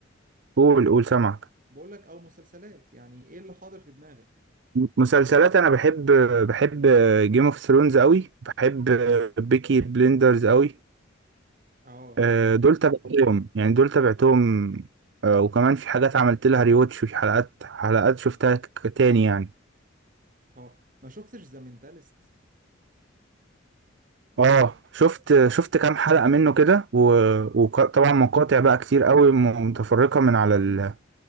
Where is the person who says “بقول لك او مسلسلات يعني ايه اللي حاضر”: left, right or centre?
Right